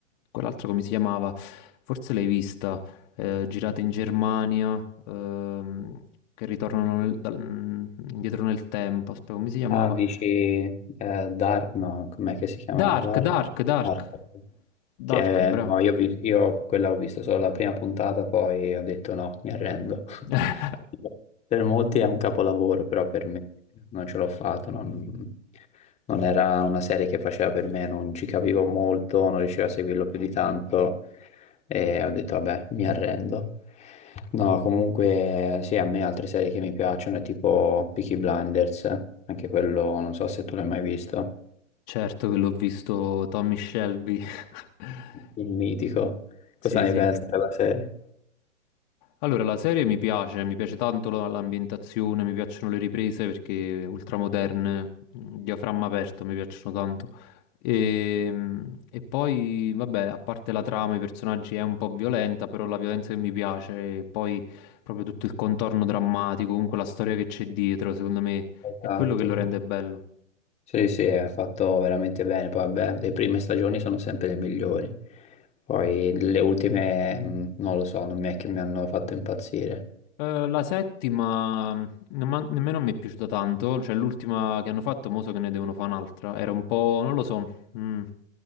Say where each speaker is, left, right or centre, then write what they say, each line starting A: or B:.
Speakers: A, on the left; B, on the left.
A: quell'altra come si chiamava, forse l'hai vista, eh, girata in Germania, ehm, che ritornano nel- dal- indietro nel tempo, aspetta, come si chiamava?
B: Ah, dici eh, Dark, no, com'è che si chiamava?
A: Dark,
B: Dark?
A: Dark, Dark,
B: Dark.
A: Dark,
B: Che
A: bravo.
B: no, io, vi- io quella ho visto solo la prima puntata, poi ho detto no, mi arrendo.
A: <laughs>
B: <laughs> Per molti è un capolavoro, però per me non ce l'ho fatto. Non, non era una serie che faceva per me, non ci capivo molto, non riuscivo a seguirlo più di tanto e ho detto vabbè, mi arrendo. No, comunque sì, a me altre serie che mi piacciono è tipo Peaky Blinders, anche quello non so se tu l'hai mai visto,
A: Certo che l'ho visto Tommy Shelby. <laughs>
B: il mitico. Cosa
A: Sì,
B: ne
A: sì.
B: pensi della serie?
A: Allora, la serie mi piace, mi piace tanto la- l'ambientazione, mi piacciono le riprese perché ultramoderne, mh, diaframma aperto, mi piacciono tanto. E, mh, e poi, vabbè, a parte la trama, i personaggi è un po' violenta, però la violenza che mi piace, e poi proprio tutto il contorno drammatico, comunque la storia che c'è dietro, secondo me
B: Esatto,
A: è quello che lo
B: sì.
A: rende bello.
B: Sì, sì, è fatto veramente bene. Poi, vabbè, le prime stagioni sono sempre le migliori. Poi le ultime, mh, non lo so, non mi è che mi hanno fatto impazzire.
A: Eh, la settima mh, nemman- nemmeno a me è piaciuta tanto, cioè l'ultima che hanno fatto, mo so che ne devono fare un'altra, era un po', non lo so. mm.